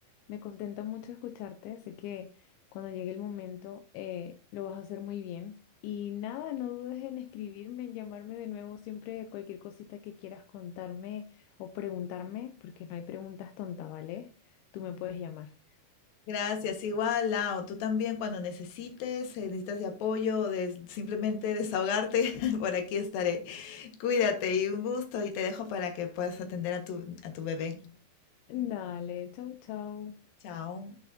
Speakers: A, on the left; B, on the left.
A: me contenta mucho escucharte. así que cuando llegue el momento eh, lo vas a hacer muy bien. Y nada, no dudes en escribirme, en llamarme de nuevo siempre cualquier cosita que quieras contarme o preguntarme, porque no hay preguntas tontas, ¿vale? Tú me puedes llamar.
B: Gracias, igual, Lau, tú también cuando necesites, eh, necesitas de apoyo o de simplemente desahogarte, <laughs> por aquí estaré. Cuídate y un gusto y te dejo para que puedas atender a tu, a tu bebé.
A: Dale, chau, chau.
B: Chao.